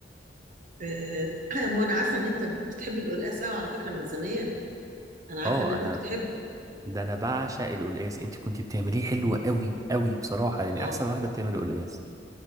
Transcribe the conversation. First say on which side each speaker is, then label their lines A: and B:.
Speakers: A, on the right (about 45°); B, on the right (about 20°).
A: آه، <clears throat> هو انا عارفه ان انت بتحب القلقاس قوي على فكره من زمان انا عارفه
B: اه
A: ان انت
B: انا
A: بتحبه
B: ده انا بعشق القلقاس انت كنت بتعمليه حلو
A: اه
B: قوي قوي بصراحة يعني
A: اه
B: احسن واحدة بتعمل قلقاس